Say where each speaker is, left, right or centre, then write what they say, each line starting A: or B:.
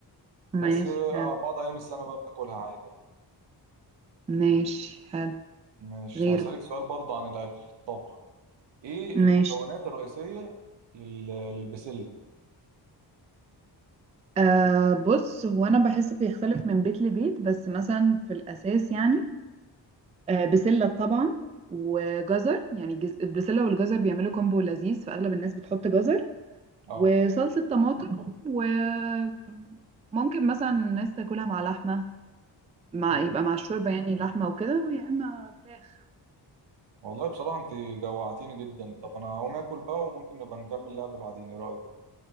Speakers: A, on the right; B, on the right.
A: بس
B: ماشي حلو
A: آه، بعض أيام السنة بقى بناكلها عادي يعني
B: ماشي حلو
A: مش
B: غيره
A: هسألك سؤال برضه عن الأكل الطبخ ايه المكونات
B: ماشي
A: الرئيسية لل... للبسلة
B: آه بص هو انا بحس بيختلف من بيت لبيت بس مثلا في الاساس يعني آه بسله طبعا وجزر يعني الجز- البسله والجزر بيعملوا كومبو لذيذ فاغلب الناس بتحط جزر
A: اه
B: وصلصه طماطم وممكن مثلا الناس تاكلها مع لحمه مع
A: مم.
B: يبقى مع الشوربه يعني لحمه وكده ويا اما فراخ
A: والله بصراحة انت جوعتيني جدا طب انا هقوم اكل بقى وممكن نبقى نكمل لعب بعدين ايه رأيك